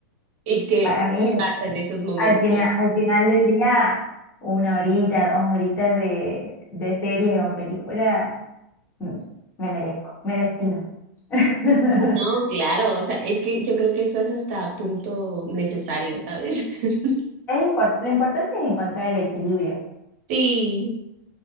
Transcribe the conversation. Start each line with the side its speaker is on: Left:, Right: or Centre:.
Right: ¿Y qué,
Left: Para
Right: qué
Left: mí,
Right: te pasa en esos momentos?
Left: al final, al final del día, una horita, dos horitas de, de series o películas, mm, me merezco, me destino. <laughs>
Right: No, claro, o sea, es que yo creo que eso es hasta punto necesario, ¿sabes? <laughs>
Left: Es impor- lo importante es encontrar el equilibrio.
Right: Sí,